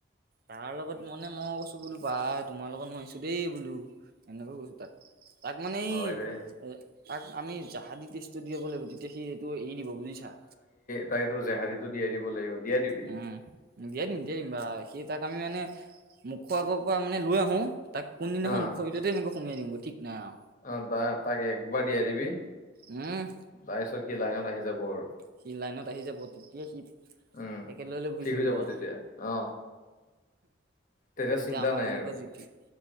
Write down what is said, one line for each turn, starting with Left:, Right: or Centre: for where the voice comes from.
Right: তাৰ লগত মানে মই বোলো বা তোমাৰ লগত নোৱাৰিছো দেই বোলো, এনেকৈ কৈছো তাক। তাক মানে
Left: হয়
Right: এই এ
Left: দে।
Right: তাক আমি জাহাদী তেছ টো দিয়াব লাগিব এতিয়া সি এইটো এৰি দিব বুজিছা।
Left: তাই এটো জেহাদীটো দিয়াই দিব লাগিব। দিয়াই দিবি।
Right: উম। দিয়াই দিম- দিয়াই দিম বা সি তাক আমি মানে মুখৰ আগৰ পৰা মানে লৈ আহো তাক কোনদিনাখন
Left: অ',
Right: মুখৰ ভিতৰতে এনেকে সোমিয়াই দিওঁগে, ঠিক নাই আও।
Left: অ', বা তাক একবাৰ দিয়াই দিবি,
Right: উম
Left: তাৰপিছত সি লাইনত আহি যাব আৰু।
Right: সি লাইনত আহি যাব, তেতিয়াই সি
Left: উম,
Right: পেকেট লৈ- লৈ ঘূৰি
Left: ঠিক
Right: ফুৰিব
Left: হৈ যাব
Right: আও।
Left: তেতিয়া। অ', তেতিয়া
Right: এতিয়া
Left: চিন্তা
Right: আমাৰ
Left: নাই
Right: এনেকোৱা
Left: আৰু।
Right: যি টি